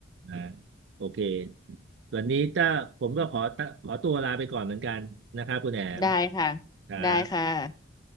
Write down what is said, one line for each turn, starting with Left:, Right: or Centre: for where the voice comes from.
Right: อ่าโอเควันนี้ถ้าผมก็ขอตขอตัวลาไปก่อนเหมือนกันนะครับคุณแอม
Left: ได้ค่ะ
Right: ครับ
Left: ได้ค่ะ